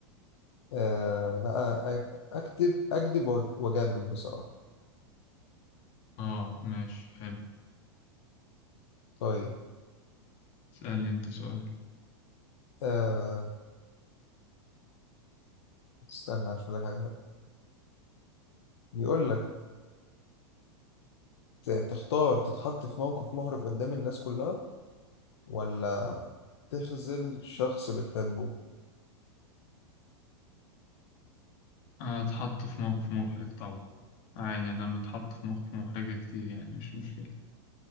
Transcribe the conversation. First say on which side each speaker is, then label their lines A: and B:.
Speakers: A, on the left; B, on the left.
A: آه لا أ- أكتب أكذب وأج- وأجامل بصراحة
B: اه ماشي حلو
A: طيب
B: اسألني انت سؤال
A: آه استنى أشوف لك حاجة حلوة بيقول لك ت- تختار تتحط في موقف محرج قدام الناس كلها ولا تخذل شخص بتحبه
B: آه، اتحط في موقف محرج طبعا عادي أنا لما اتحط في موقف محرجة كتير يعني مش مشكلة